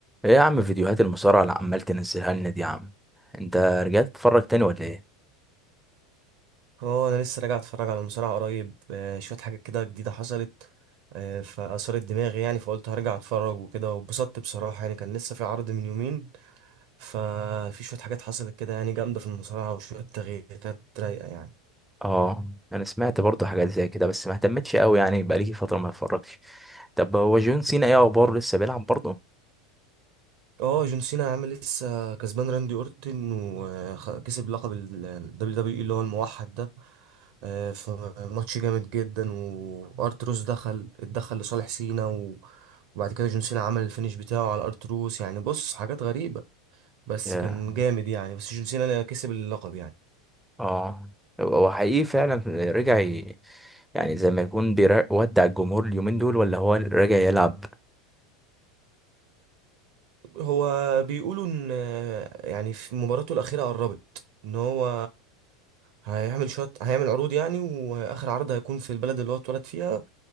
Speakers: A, in the centre; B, on the right (about 50°).
A: ايه يا عم فيديوهات المصارعة اللي عمال تنزلها لنا دي يا عم انت رجعت تتفرج تاني ولا ايه
B: هو انا لسه راجع اتفرج على مصارعة قريب آه، شوية حاجات كده جديدة حصلت آه، فأثارت دماغي يعني فقلت هرجع اتفرج وكده واتبسطت بصراحة يعني كان لسه في عرض من يومين ففي شوية حاجات حصلت كده يعني جامدة في المصارعة وشوية تغييرات رايقة يعني
A: اه انا سمعت برضه حاجات زي كده بس ما اهتمتش قوي يعني بقالي فترة ما اتفرجتش طب هو جون سينا ايه اخباره لسه بيلعب برضه
B: اه جون سينا عامل لسه كسبان راندي اورتن وكسب لقب ال WWE اللي هو الموحد ده آه، في ماتش جامد جدا وارتروس دخل اتدخل لصالح سينا و- وبعد كده جون سينا عمل الفينش بتاعه على ارتروس يعني بص حاجات غريبة بس
A: ياه.
B: كان جامد يعني بس جون سينا كسب اللقب يعني
A: اه هو حقيقي فعلا رجع ي- يعني زي ما يكون بيودع الجمهور اليومين دول ولا هو راجع يلعب
B: هو بيقولوا ان يعني في مباراته الاخيره قربت ان هو هيعمل شويه هيعمل عروض يعني واخر عرض هيكون في البلد اللي هو اتولد فيها